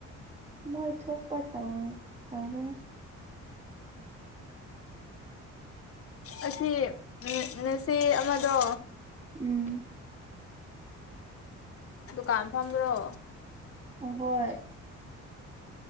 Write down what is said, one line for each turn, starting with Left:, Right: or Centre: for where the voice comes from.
Right: ꯃꯣꯏ ꯊꯣꯛꯄ ꯇꯧꯕꯅꯤ
Left: ꯑꯁꯤ ꯎ ꯉꯁꯤ ꯑꯃꯗꯣ
Right: ꯎꯝ
Left: ꯗꯨꯀꯥꯟ ꯐꯕ꯭ꯔꯣ
Right: ꯍꯣꯏ